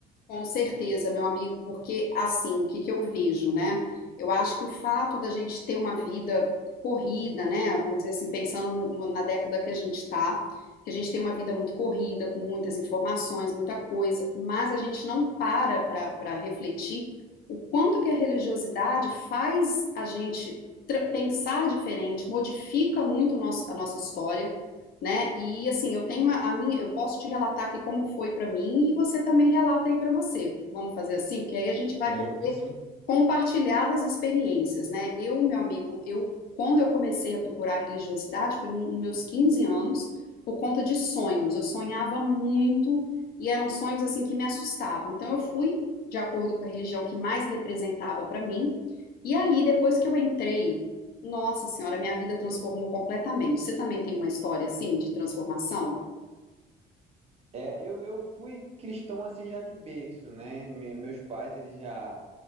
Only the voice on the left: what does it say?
Com certeza, meu amigo, porque assim, o que que eu vejo, né? Eu acho que o fato da gente ter uma vida corrida, né? Vamos dizer assim, pensando no- no- na década que a gente está, que a gente tem uma vida muito corrida, com muitas informações, muita coisa, mas a gente não para para para refletir o quanto que a religiosidade faz a gente tra- pensar diferente, modifica muito o nosso- a nossa história né? E assim, eu tenho uma, a minha, eu posso te relatar aqui como foi para mim e você também relata aí para você. Vamos fazer assim, porque aí a gente vai
poder
compartilhar das experiências, né? Eu, meu amigo, eu quando eu comecei a procurar religiosidade foi nos meus 15 anos, por conta de sonhos. Eu sonhava muito e eram sonhos assim que me assustavam. Então eu fui de acordo com a religião que mais representava para mim. E ali, depois que eu entrei nossa Senhora, minha vida transformou completamente. Você também tem uma história assim de transformação?